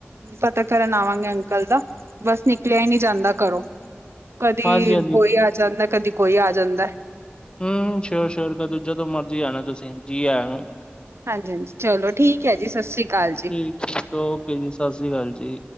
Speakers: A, on the right (about 85°); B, on the left (about 20°).
A: ਪਤਾ ਕਰਨ ਆਵਾਂਗੇ ਅੰਕਲ ਦਾ, ਬਸ ਨਿਕਲਿਆ ਹੀ ਨੂੰ ਜਾਂਦਾ ਘਰੋਂ। ਕਦੀ
B: ਹਾਂਜੀ-ਹਾਂਜੀ,
A: ਕੋਈ ਆ ਜਾਂਦਾ, ਕਦੀ ਕੋਈ ਆ ਜਾਂਦਾ।
B: ਹਮ, ਸ਼ੋਰ-ਸ਼ੋਰ ਕਦੋ ਜਦੋਂ ਮਰਜੀ ਆਣਾ ਤੁਸੀਂ ਜੀ ਆ ਨੂੰ।
A: ਹਾਂਜੀ-ਹਾਂਜੀ, ਚਲੋ ਠੀਕ ਹੈ ਜੀ, ਸਤਿ ਸ਼੍ਰੀ ਅਕਾਲ ਜੀ।
B: ਠੀਕ-ਠੀਕ, ਓਕੇ ਜੀ, ਸਤਿ ਸ੍ਰੀ ਅਕਾਲ ਜੀ।